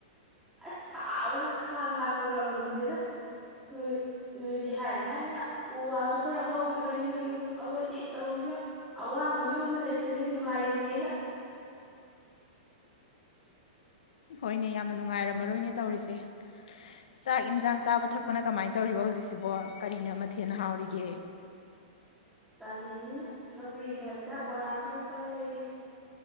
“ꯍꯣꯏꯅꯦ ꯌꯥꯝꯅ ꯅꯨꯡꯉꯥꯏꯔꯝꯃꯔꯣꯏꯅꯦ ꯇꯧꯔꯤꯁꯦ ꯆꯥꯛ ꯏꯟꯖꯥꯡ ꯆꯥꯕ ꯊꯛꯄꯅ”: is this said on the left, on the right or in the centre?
Left